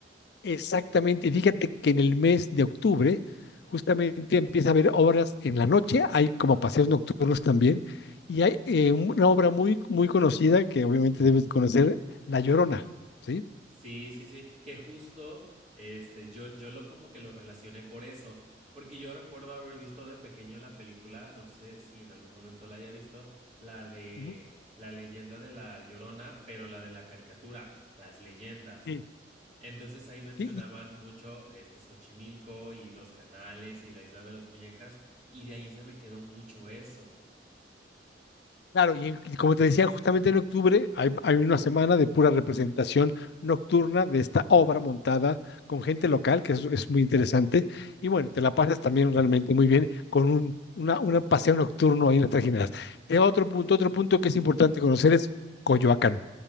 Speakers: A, on the left; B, on the right.
A: Exactamente, fíjate que en el mes de octubre justamente empieza a haber obras en la noche, hay como paseos nocturnos también, y hay eh, un- una obra muy, muy conocida que obviamente debes de conocer, La Llorona, ¿sí?
B: Sí, sí, sí, que justo, este, yo, yo lo como que lo relacioné por eso, porque yo recuerdo haber visto de pequeño la película, no sé si en algún momento la haya visto, la de
A: Ujú.
B: la leyenda de la Llorona, pero la de la caricatura, las leyendas.
A: Sí,
B: Entonces ahí mencionaban
A: sí,
B: mucho este Xochimilco y los canales y la isla de las muñecas, y de ahí se me quedó mucho eso.
A: Claro, y, y como te decía, justamente en octubre hay, hay una semana de pura representación nocturna de esta obra montada con gente local, que es, es muy interesante. Y bueno, te la pasas también realmente muy bien con un una, una paseo nocturno ahí en las tres Generales. Y otro punto, otro punto que es importante conocer es Coyoacán.